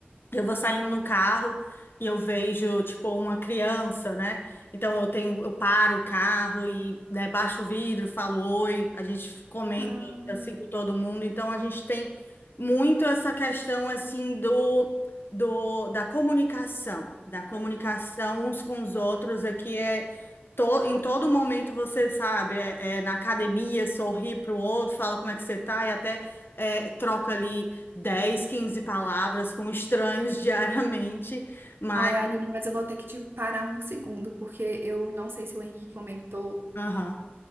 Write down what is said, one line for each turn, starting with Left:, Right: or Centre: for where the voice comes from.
Left: Eu vou saindo no carro e eu vejo, tipo, uma criança, né? Então eu tenho, eu paro o carro e, né, baixo o vidro, falo oi, a gente comenta
Right: Ah,
Left: assim com todo mundo. Então a gente tem muito essa questão assim do, do da comunicação, da comunicação uns com os outros aqui é to- em todo momento você sabe, é, é na academia, sorri para o outro, fala como é que você tá e até é, troca ali 10, 15 palavras com estranhos <laughs> diariamente, mas.
Right: Ai, Aline, mas eu vou ter que te parar um segundo, porque eu não sei se o Henrique comentou.
Left: aham.